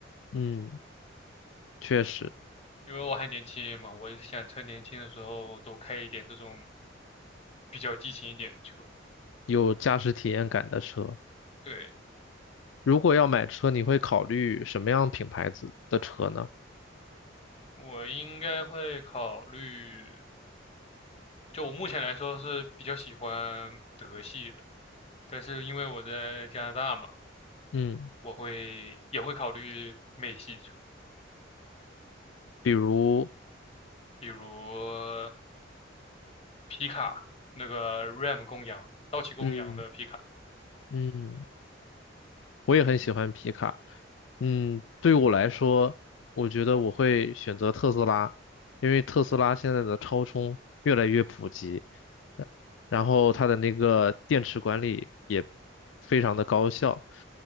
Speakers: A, on the left; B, on the left.
A: 嗯，确实
B: 因为我还年轻嘛，我也想趁年轻的时候多开一点这种比较激情一点的车。
A: 有驾驶体验感的车。
B: 对，
A: 如果要买车，你会考虑什么样品牌子的车呢？
B: 我应该会考虑，就我目前来说是比较喜欢德系的，但是因为我在加拿大嘛，
A: 嗯，
B: 我会也会考虑美系车，
A: 比如，
B: 比如皮卡，那个 Ram 公羊，道奇公羊的皮卡。
A: 嗯嗯。我也很喜欢皮卡。嗯，对我来说，我觉得我会选择特斯拉，因为特斯拉现在的超充越来越普及，呃然后它的那个电池管理也非常的高效。